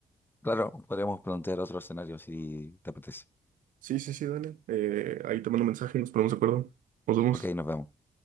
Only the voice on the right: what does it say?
Sí, sí, sí, dale. Eh, ahí te mando un mensaje y nos ponemos de acuerdo. Nos vemos.